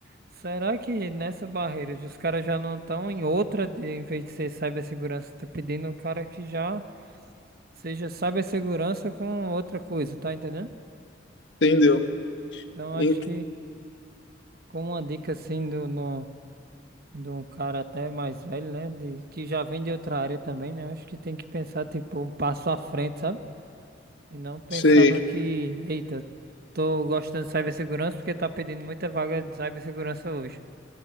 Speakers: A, on the right; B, on the left.
A: Será que nessa barreira os caras já não estão em outra de, em vez de ser cibersegurança, tá pedindo um cara que já seja cibersegurança com outra coisa, tá entendendo?
B: entendeu.
A: Então acho
B: En-
A: que como uma dica assim do, no, de um cara até mais velho, né, de, que já vem de outra área também, né, acho que tem que pensar tipo um passo à frente, sabe? E não pensar
B: Sei.
A: no que, eita, tô gostando de cibersegurança porque tá pedindo muita vaga de cibersegurança hoje.